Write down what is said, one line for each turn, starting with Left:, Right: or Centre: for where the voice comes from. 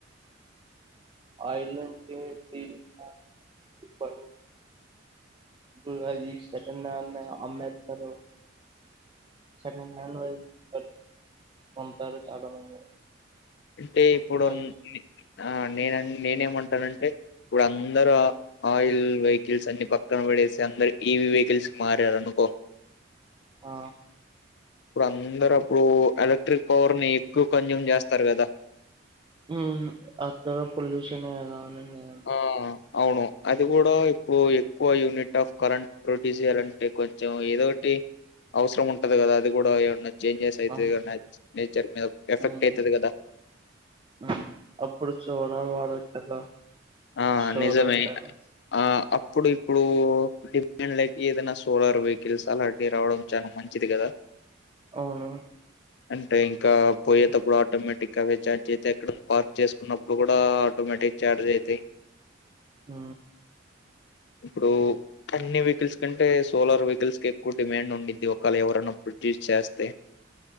Right: ఆ ఇల్లు కె ది ఇద్దరు క ఇప్పుడు అది సెకండ్ హడ్ అని అమ్మెస్తరుం పతారు చాలా మంది సెకండ్ హ్యాండ్ వని కొంటరు చాలా మంది
Left: అంటే ఇప్పుడు
Right: అప్పుడు
Left: వున్న
Right: అది
Left: అన్ని ఆ నేన నేనేమంటానంటే ఇప్పుడు అందరు ఆ ఆయిల్ వెహికల్స్ అన్ని పక్కన పెడేసి అందరు ఈవి వెహికల్స్ కి మారారు అనుకో
Right: ఆ
Left: ఇప్పుడు అందరు అప్పుడు ఎలక్ట్రిక్ పవర్ ని ఎక్కువ కంజ్యూమ్ చేస్తారు కదా
Right: ఊ అంత పొల్యూషన్ ఏ కదా అని నేను అంటున్న.
Left: ఆ అవును అది కూడా ఇప్పుడు ఎక్కువ యూనిట్ ఆఫ్ కరెంట్ ప్రొడ్యూస్ చేయాలంటే కొంచెం ఏదోటి అవసరం ఉం కదా అది కూడా ఏమన్నా చేంజెస్ ఐతే
Right: ఆ!
Left: నేచర్ మీద ఎఫెక్ట్
Right: హ్మ్.
Left: ఐతది కదా
Right: హ్మ్. అప్పుడు సోలార్ వాడొచ్చు కదా!
Left: ఆ
Right: సోలార్
Left: నిజమే
Right: ప్యానెల్స్
Left: ఇక ఆ ఇప్పుడు ఇప్పుడు డిమాండ్ లైక్ ఏదైనా సోలార్ వెహికల్స్ అలాంటివి రావడం చాలా మంచిది కదా
Right: అవును
Left: అంటే ఇంకా పోయేటప్పుడు ఆటోమేటిక్ అవే చఛార్జ్ అయితే ఎక్కడ పార్క్ చేసుకున్నప్పుడు కూడా ఆటోమేటిక్ చార్జ్ అయి తి
Right: ఊ
Left: ఇప్పుడు అన్ని వెహికల్స్ కంటే సోలార్ వెహికల్స్ కి ఎక్కువ డిమాండ్ ఉంది ఒకళ ఎవరైనా ప్రొడ్యూస్ చేస్తే